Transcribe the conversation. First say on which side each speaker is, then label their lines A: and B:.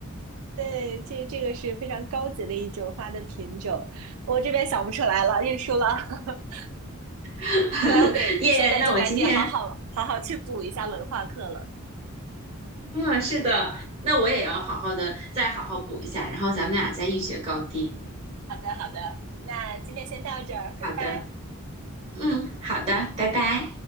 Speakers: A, on the right (about 75°); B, on the right (about 30°).
A: 对，这这个是非常高级的一种花的品种，我这边想不出来了，认输了。<laughs>
B: <laughs>
A: 看来我得现在就赶紧好好好好去补一下文化课了。
B: 耶那我今天嗯，是的，那我也要好好的再好好补一下，然后咱们俩再一决高低。
A: 好的，好的，那今天先到这儿，拜拜。
B: 好的，嗯，好的，拜拜。